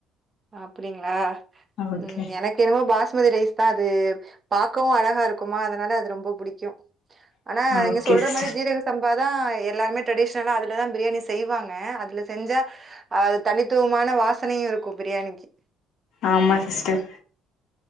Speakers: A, on the right; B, on the left.
A: அப்டிங்ளா
B: ஓகே
A: ம் எனக்கென்னமோ பாஸ்மதி ரைஸ் தா அது பாக்கவு அழகாருக்குமா அதனால அது ரொம்ப புடிக்கு ஆனா நீங்க
B: ஓகே
A: சொல்ற
B: சிஸ்டர்
A: மாரி ஜீரக சம்பா தா எல்லாருமே ட்ரடிஷ்னலா அதுலதா பிரியாணி செய்வாங்க அதுல செஞ்சா அது தனித்துவமான வாசனையு இரு கு பிரியாணிக்கி
B: ஆமா சிஸ்டர்